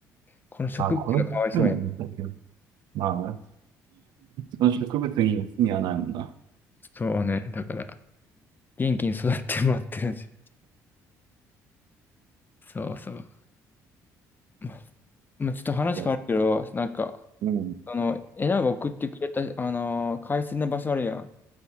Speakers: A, on the left; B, on the right.
A: この植物がかわいそうや。
B: あ、これめくの難しい。まあな、その植物に罪はないもんな。
A: そうね。だから、元気に育ってもらってるんですよ。そうそう。ま、まあ、ちょっと話変わるけど、
B: そ
A: なんか、
B: う。うん。
A: あの、えなが送ってくれた、あのー、海鮮の場所あるやん。